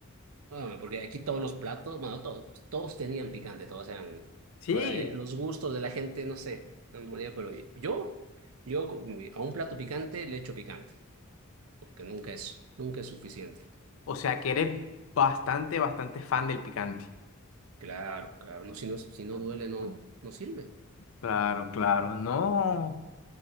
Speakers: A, on the right; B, on the left.
A: No, Hombre, porque aquí todos los platos, bueno, todos, pues, todos tenían picante, todos eran.
B: Sí.
A: Ahora, eh, los gustos de la gente, no sé, no me podría, pero yo, yo co- mi- a un plato picante le echo picante, porque nunca es, nunca es suficiente.
B: O sea que eres bastante, bastante fan del picante.
A: Claro, claro, no, si no, si no duele, no, no sirve.
B: Claro, claro, no.